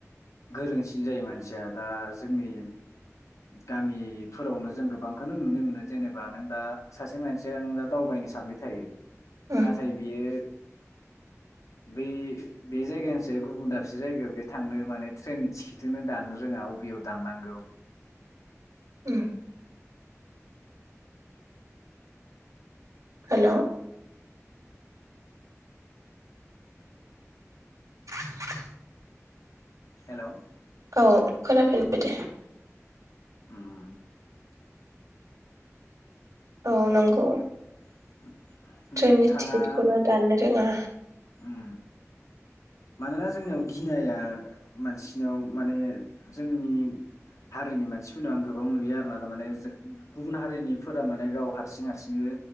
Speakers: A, on the left; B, on the right.
A: गोरोंसिन जायो मानसिया दा जोंनि गामिफोरावनो जों गोबांखौनो नुनो मोनो जेनेबा नों दा सासे मान से नों दा दावबायनो सानबाय थायो।
B: उम
A: नाथाय बियो बे बे जायगायानोसै गुबुन दाबसे जायगायाव बे थांनो माने ट्रेननि टिकेटखौो दाननो रोङा अबेयाव दाननांगौ।
B: उम हेलौ, <inaudible>
A: हेलौ।
B: औ खोनाफिनबाय दे।
A: उम।
B: औ नंगौ।
A: <unintelligible>
B: ट्रेननि
A: नोंथाङा
B: टिकेटखौनो दाननो रोङा।
A: उम मानोना जोंनियाव गिनाया मानसिनाव माने जोंनि हारिनि मानसिफोरनाव आं गोबां नुयो आरोना थारमाने। गुबुन हारिनिफोरा माने गाव हारसिं हारसिङै।